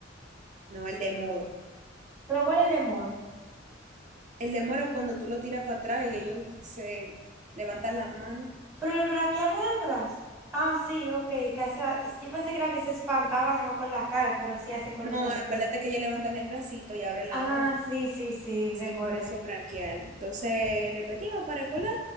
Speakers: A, on the right; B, on the right.
A: no, el de moro.
B: ¿Pero cuál es el de modo?
A: El de moro cuando tú lo tiras para atrás y ellos se levantan la mano.
B: Pero el braquial no del brazo. Ah, sí, ok. que hace- yo pensé que era que se espantaba nomás con la cara, pero sí hace con
A: No,
B: los brazos.
A: acuérdate que ellos levantan el bracito y abren la
B: Ah,
A: mano.
B: sí, sí, sí,
A: Sí,
B: recordé.
A: por eso braquial. Entonces, repetimos para recordar